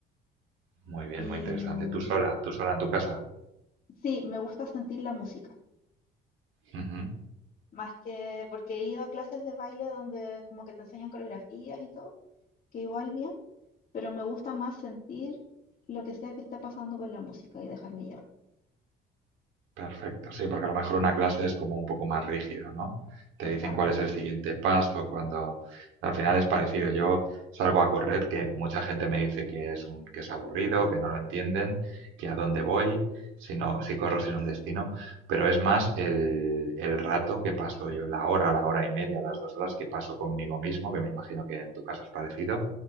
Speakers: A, on the right; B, on the left.
A: muy bien,
B: Y
A: muy interesante.
B: mm,
A: ¿Tú sola? ¿Tú sola en tu casa?
B: sí, me gusta sentir la música,
A: Ujú.
B: más que porque he ido a clases de baile donde como que te enseñan coreografías y todo, que igual bien, pero me gusta más sentir lo que sea que esté pasando con la música y dejarme llevar.
A: Perfecto, sí, porque a lo mejor una clase es como un poco más rígido, ¿no? Te
B: Exacto.
A: dicen cuál es el siguiente paso, cuando al final es parecido. Yo salgo a correr, que mucha gente me dice que es un, que es aburrido, que no lo entienden, que a dónde voy, si no, si corro sin un destino, pero es más el, el rato que paso yo, la hora, la hora y media, las dos horas que paso conmigo mismo, que me imagino que en tu caso es parecido,